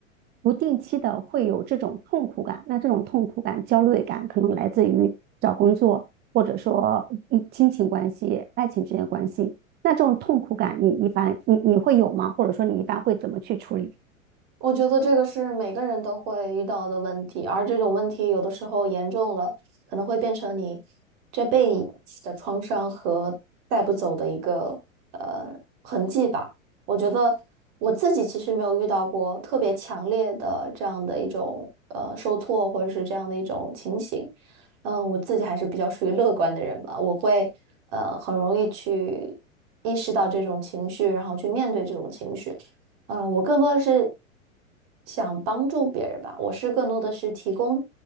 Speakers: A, on the right (about 25°); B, on the right (about 45°).
A: 不定期的会有这种痛苦感，那这种痛苦感、焦虑感可能来自于找工作，或者说嗯亲情关系、爱情之间的关系。那这种痛苦感，你一般你你会有吗？或者说你一般会怎么去处理？
B: 我觉得这个是每个人都会遇到的问题，而这种问题有的时候严重了，可能会变成你这辈子的创伤和带不走的一个呃痕迹吧。我觉得我自己其实没有遇到过特别强烈的这样的一种呃受挫或者是这样的一种情形。嗯，我自己还是比较属于乐观的人吧，我会呃很容易去意识到这种情绪，然后去面对这种情绪。嗯，呃我更多的是想帮助别人吧，我是更多的是提供